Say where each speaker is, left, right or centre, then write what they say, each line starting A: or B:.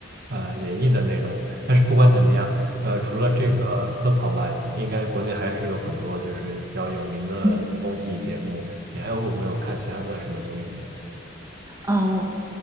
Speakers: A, on the right (about 55°); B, on the right (about 20°).
A: 呃演绎的内容。但是不管怎么样，呃，除了这个奔跑吧，应该国内还是有很多就是比较有名的综艺节目。
B: 嗯，
A: 你还有没有看其他的什么综艺节目？
B: 呃，我